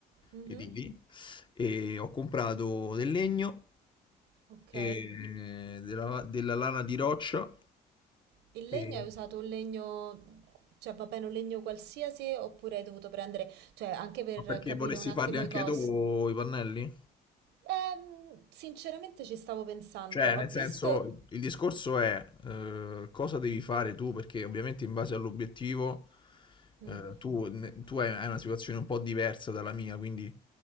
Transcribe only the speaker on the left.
edili e ho comprato del legno
e della, della lana di roccia
e
Ma perché
vorresti
farli anche
tu i pannelli?
Cioè,
nel senso,
il discorso è eh, cosa devi fare tu, perché ovviamente in base all'obiettivo
eh, tu, ne- tu hai, hai una situazione un po' diversa dalla mia, quindi